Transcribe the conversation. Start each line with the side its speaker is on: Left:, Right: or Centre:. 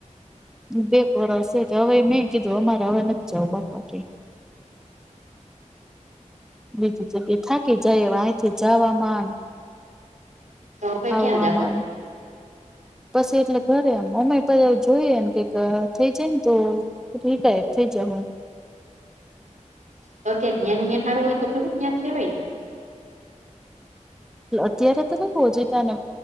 Centre: બે કોર હશે તો હવે મેં કીધું અમારે હવે નથી જાવ બાપા કે બીજી જગ્યા થાકી જાય અહિયાથી જવામાં
Right: તો હવે
Centre: આવવામાં
Right: ક્યાં જાવો તો
Centre: પછી એટલે ઘરે એમ મમ્મી પપ્પા જોઈએ એમ કે થઈ જાય ને તો રિટાયર થઇ જાય હું
Right: તો જ્યા ખાડું હોય તો ભલેું તયાં કેવાયને
Centre: અત્યારે તો રહેવું જોઈ તને